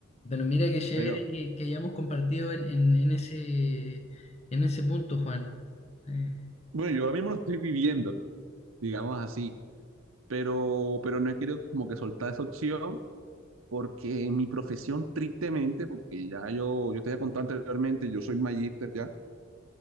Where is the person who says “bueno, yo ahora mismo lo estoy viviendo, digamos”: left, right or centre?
Right